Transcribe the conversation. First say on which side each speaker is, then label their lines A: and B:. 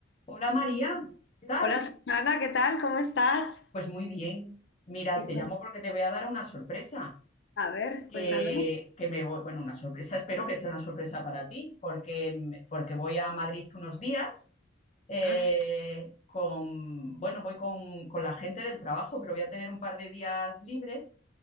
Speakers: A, on the left; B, on the left.
A: Hola María, ¿qué tal?
B: Hola Susana, ¿qué tal? ¿Cómo estás?
A: Pues muy bien. Mira,
B: Y
A: te
B: cu-
A: llamo porque te voy a dar una sorpresa.
B: a ver,
A: Que,
B: cuéntame.
A: que me voy, bueno, una sorpresa, espero que sea una sorpresa para ti, porque, mm, porque voy a Madrid unos días. eh,
B: Ah, sí.
A: con, bueno, voy con, con la gente del trabajo, pero voy a tener un par de días libres.